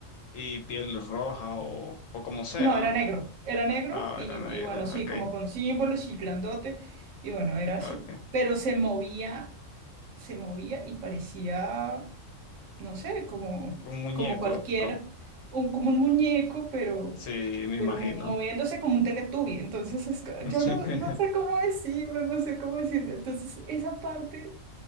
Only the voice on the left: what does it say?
y piel roja o, o como sea.
Ah,
era negra.
ok,
ok.
Un muñeco,
con...
sí, me
imagino.
<laughs>